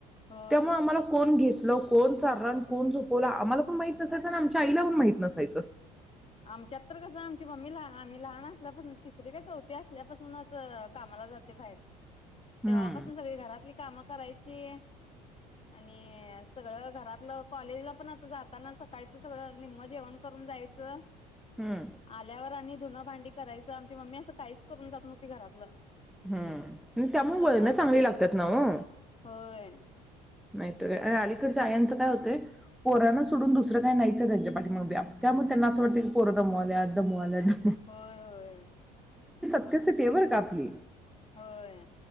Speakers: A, on the left; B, in the centre.
A: होय.
B: मग आम्हाला कोण घे ल कोण चारल आणि कोण झोपवल आम्हाला पण माहित नसायच आणि आमच्या आईला पण माहित नसायचं.
A: आमच्यात तर कस आमची मम्मी आम्ही लहान असल्यापासून तिसरी काय चौथी असल्यापासूनच कामाला जाते बाहेर.
B: हम्म.
A: तेवापासून सगळी घरातली काम करायची आणि सगळ घरातल कॉलेजला पण आता जाताना सकाळीच सगळ निम्म जेवण करून जायचं.
B: हम्म
A: आल्यावर आणि धुन, भांडी करायच आमची मम्मी अस काहीच करून जात नव्हती घरातलं.
B: हम्म आणि त्यामुळं
A: चपाती
B: वळण चांगली लागतात ना ओ.
A: होय
B: नाही तर काय. आणि अलीकडच्या आयांचं काय होतय, पोरांना सोडून दुसरं काय नाहीच हाय त्यांच्या पाठीमाग व्याप. त्यामुळे त्यांना अस वाटतते की पोरं दमवाल्यात, दमवाल्यात, दम
A: होय, होय.
B: कस ते बर आपली
A: होय.